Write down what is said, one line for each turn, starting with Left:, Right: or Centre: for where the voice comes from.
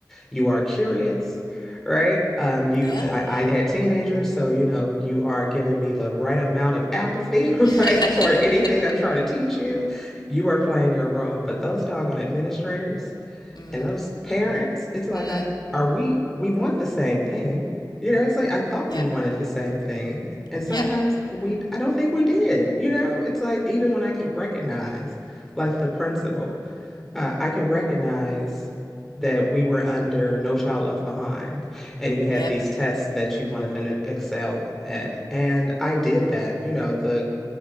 Centre: You are curious, right? Um, you,
Left: Yeah,
Centre: I,
Left: yeah.
Centre: I had teenagers, so you know, you are giving me the right amount of apathy, <laughs>
Left: <laughs>
Centre: right, toward anything I'm trying to teach you. You are playing your role, but those doggone administrators,
Left: Mm,
Centre: and those parents, it's like
Left: mm.
Centre: I are we we want the same thing. You know, it's like I thought
Left: Yeah,
Centre: we wanted the same thing. And sometimes
Left: yeah,
Centre: we I don't think we did. You know, it's like even when I could recognize like the principal, uh, I could recognize that we were under No Child Left Behind and
Left: yep,
Centre: you had these tests that you wanted them to excel at. And I did that. You know, the